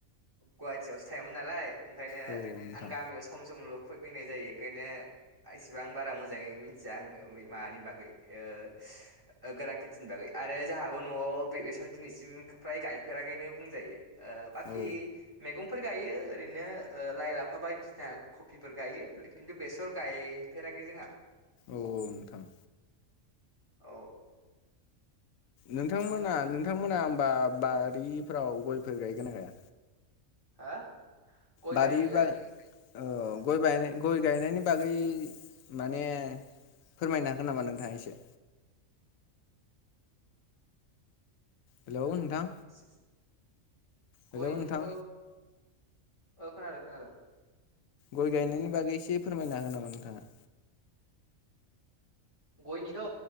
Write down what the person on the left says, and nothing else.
औ नोंथां
औ
औ नोंथां
नोंथांमोना नोंथांमोना होमबा बारिफोराव गयफोर गायगोन गाया
बारि
बा
औ गय गय गायनायनि बागै माने फोरमायनो हागोन नामा नोंथाङा एसे
हेलौ नोंथां हेलौ
नोंथां
गय गायनायनि बागै एसे फोरमायनो हागोन नामा नोंथाङा